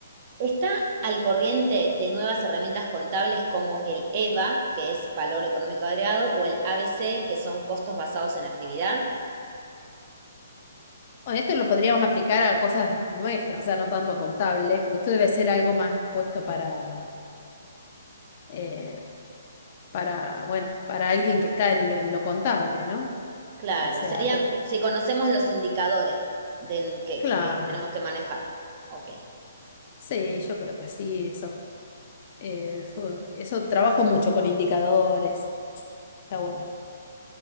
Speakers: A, on the right; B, on the left.
A: Está al corriente de nuevas herramientas contables como el EVA, que es valor económico agregado, o el ABC, que son costos basados en actividad.
B: Bueno, esto lo podríamos aplicar a cosas nuestras, o sea, no tanto a contables, porque esto debe ser algo más puesto para, eh, para, bueno, para alguien que está en, en lo contable, ¿no?
A: Claro,
B: O sea,
A: serían
B: pe-
A: si conocemos los indicadores de, que,
B: claro,
A: que que tenemos que manejar. Ok.
B: sí, yo creo que sí, eso, eh, eso, eso trabajo mucho con indicadores, está bueno.